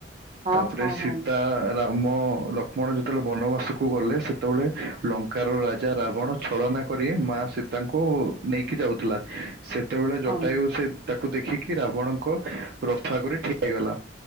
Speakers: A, on the right; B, on the right.
A: ହଁ
B: ତାପରେ
A: ହଁ
B: ସୀତା
A: ହଁ
B: ରାମ ଲକ୍ଷ୍ମଣ ଯେତେବେଳେ ବନବାସକୁ ଗଲେ ସେତେବେଳେ ଲଙ୍କାର ରାଜା ରାବଣ ଛଳନା କରି ମା ସୀତାଙ୍କୁ ନେଇକି ଯାଉଥିଲା। ସେତେବେଳେ
A: ହଁ
B: ଜଟାୁୟୁ ସେ ତାକୁ ଦେଖିକି ରାବଣଙ୍କ ରଥ ଆଗରି ଠି ହେଇଗଲା